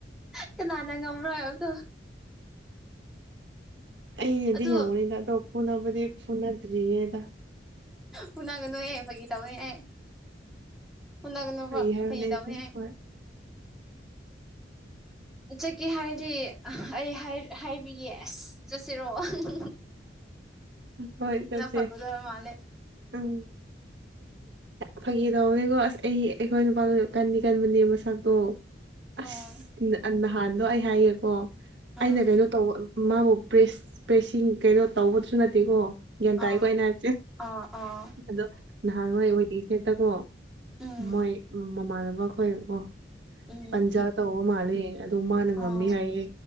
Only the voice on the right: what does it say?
ꯑꯩꯩꯅꯗꯤ
ꯉꯝꯅꯤꯗ ꯑꯗꯣ ꯐꯨꯕꯨꯗꯤ ꯐꯨꯅꯗ꯭ꯔꯤꯉꯦꯗ
ꯐꯒꯤ ꯍꯥꯏꯕꯅꯦ
ꯑꯩꯁꯨ
ꯍꯣꯏ
ꯍꯣꯏ ꯇꯁꯦ
ꯎꯝ ꯐꯥꯩ ꯇꯧꯕꯅꯦꯀꯣ ꯑꯁ ꯑꯩ ꯑꯩꯈꯣꯏ ꯅꯨꯄꯥꯗꯣ ꯀꯟꯅꯤ ꯀꯟꯕꯅꯦ ꯃꯁꯇꯣ ꯑꯁ
ꯅꯍꯥꯟꯗꯣ ꯑꯩ ꯍꯥꯏꯌꯦꯦꯀꯣ ꯑꯩꯅ
ꯀꯩꯅꯣ ꯇꯧꯕ ꯃꯥꯕꯨ ꯄ꯭ꯔꯦꯁ ꯄ꯭ꯔꯦꯁꯁꯤꯡ ꯀꯩꯅꯣ ꯇꯧꯕꯗꯨꯁꯨ ꯅꯠꯇꯦꯀꯣ ꯒ꯭ꯌꯥꯟ ꯇꯥꯥꯏꯀꯣ
ꯑꯩꯅ ꯍꯥꯏꯕꯁꯦ
ꯑꯗꯣ ꯅꯍꯥꯟꯋꯥꯏ ꯑꯣꯏꯔꯛꯏꯁꯦꯠꯇꯀꯣ
ꯃꯣꯏ ꯃꯃꯥꯟꯅꯕ ꯈꯣꯏꯕꯣ
ꯄꯟꯖꯥ ꯇꯧꯕ ꯃꯥꯜꯂꯦ ꯑꯗꯨ ꯃꯥꯅ ꯉꯝꯃꯤ
ꯍꯥꯏꯌꯦ